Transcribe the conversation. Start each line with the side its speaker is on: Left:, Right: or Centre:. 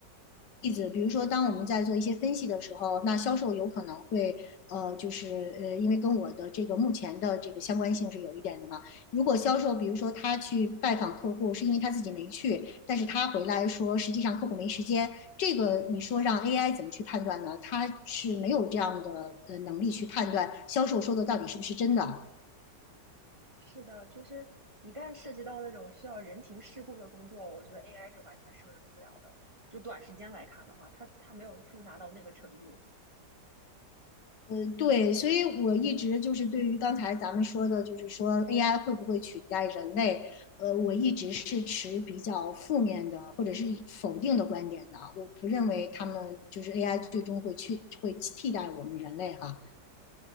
Left: 例子，比如说，当我们在做一些分析的时候，那销售有可能会，呃，就是呃，因为跟我的这个目前的这个相关性是有一点的嘛。如果销售，比如说他去拜访客户，是因为他自己没去，但是他回来说，实际上客户没时间，这个你说让 AI 怎么去判断呢？他是没有这样的呃能力去判断销售说的到底是不是真的。
Right: 是的，就是一旦涉及到那种需要人情世故的工作，我觉得 AI 是完全胜任不了的。就短时间来看的话，它它没有复杂到那个程度。
Left: 呃，对，所以我一直就是对于刚才咱们说的，就是说 AI 会不会取代人类，呃，我一直是持比较负面的或者是否定的观点的。我不认为他们就是 AI 最终会去会替代我们人类哈。